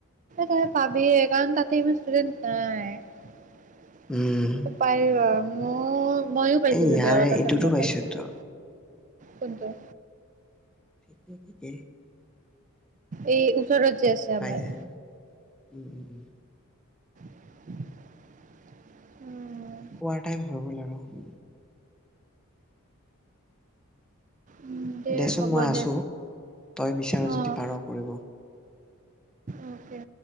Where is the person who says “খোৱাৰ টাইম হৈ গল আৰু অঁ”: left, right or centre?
Centre